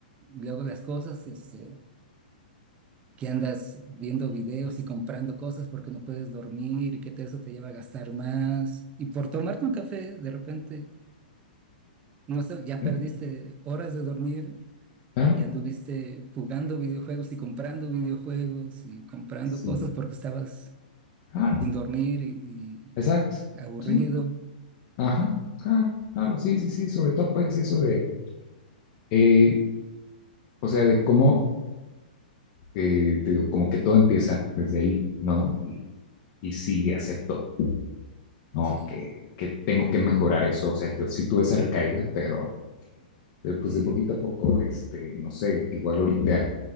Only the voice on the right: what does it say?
Luego las cosas, este, que andas viendo videos y comprando cosas porque no puedes dormir y que te- eso te lleva a gastar más. Y por tomarte un café, de repente, no sé, ya
perdiste horas de dormir
y anduviste jugando videojuegos y comprando videojuegos y comprando
cosas porque estabas
sin dormir y,
y aburrido.
Sí,
sí,